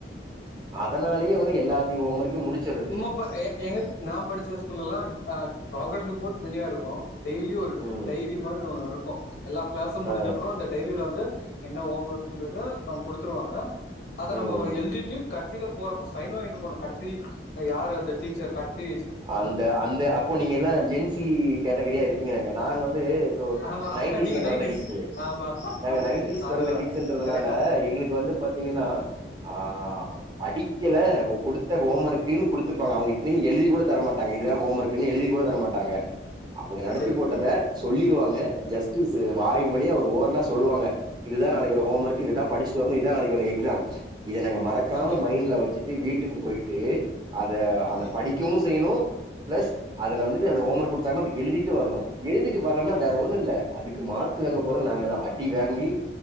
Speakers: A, on the right; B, on the left.
A: அதனாலயே வந்து எல்லாத்தியு ஹோம் ஒர்க்கையு முடிச்சர்றது.
B: இப்ப ஏ எங்கப் நா படிச்ச ஸ்கூல்லெல்லா ட் அ ப்ராகர்ஸ் ரிப்போட் தனியா இருக்கு. டெய்லியு ஒரு
A: ம்
B: டைரி மாரினு ஒரு இருக்கு. எல்லா கிளாஸு முடிஞ்சப்பறோ
A: ஆ
B: அந்த டைரில வந்து என்ன ஹோம் ஒர்க்ன்றத அவங்க குடுத்துருவாங்க அத நம்மோ
A: ம்
B: எழுதிட்டு கடைசில போறப்ப சைன் வாங்கிட்டு போணு கடசி யாரு அந்த டீச்சர் கடசி
A: அந்த அந்த அப்போ நீங்கெல்லா ஜென் சி கேட்டகிரியா இருப்பீங்கன்னு நெனைக்கே நாங்க வந்து
B: ஆமா
A: நைன்ட்டீஸ்ல
B: நீங்க
A: பெறந்த
B: நைன்டிஸ்
A: கிட்ஸ்
B: ஆமா
A: நாங்க நைன்ட்டீஸ்
B: அதுதா
A: பெறந்த கிட்ஸ்ன்றதுனால
B: கரெக்டா
A: எங்களுக்கு வந்து பாத்தீங்கன்னா ஆ படிக்கல குடுத்த ஹோம் ஒர்க்கன்னு குடுத்துருப்பாங்க அவங்க இத்தனைக்கு எழுதி கூட தர மாட்டாங்க இதுதா ஹோம் ஒர்க்ன்னு எழுதி கூட தர மாட்டாங்க அவங்க நடத்தி
B: சரி
A: போட்டத சொல்லிருவாங்க ஜஸ்டிஸ் வாய் வழியா ஒரு ஓரலா சொல்லுவாங்க இதுதா நாளைக்கு வரு ஹோம் ஒர்க் இதுதா படிச்சுட்டு வரணு இதா நாளைக்கு வரு எக்ஸாம் இத நாங்க மறக்காம
B: ஓகே
A: மைண்ட்ல வச்சுட் டு வீட்டுக்கு போயிட்டு அத
B: ஓகே
A: அந்த படிக்கவு செய்யணு பிளஸ் அதுல வந்துட்டு அந்த ஹோம் ஒர்க் குடுத் தாங்கன்னா அத எழுதிட்டு வரணு எழுதிட்டு வரலன்னா வேற ஒண்ணுல்ல அதுக்கு மாத்து வாங்க போறது நாங்கதா அடி வாங்கி